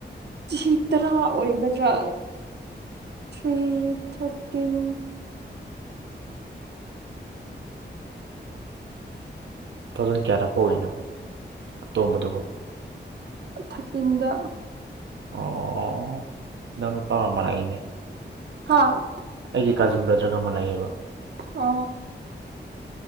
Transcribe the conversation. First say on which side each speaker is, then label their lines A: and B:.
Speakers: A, on the right; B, on the right.
A: ꯆꯍꯤ ꯇꯔꯥ ꯑꯣꯏꯒꯗ꯭ꯔꯥ ꯊ꯭ꯔꯤ ꯊꯥꯔꯇꯤꯟ
B: ꯊꯥꯎꯖꯟ ꯀꯌꯥꯗ ꯄꯣꯛꯏꯅꯣ ꯑꯇꯣꯝꯕꯗꯨꯕꯣ
A: ꯊꯠꯇꯤꯟꯗꯥ
B: ꯑꯣ ꯑꯣ ꯑꯣ ꯑꯣ ꯏꯅꯥꯎꯅꯨꯄꯥꯒ ꯃꯥꯟꯅꯩꯅꯦ
A: ꯍꯥ
B: ꯑꯩꯒꯤ ꯀꯥꯖꯤꯟ ꯕ꯭ꯔꯗ꯭ꯔꯒ ꯃꯥꯥꯟꯅꯩꯌꯦꯕ
A: ꯑ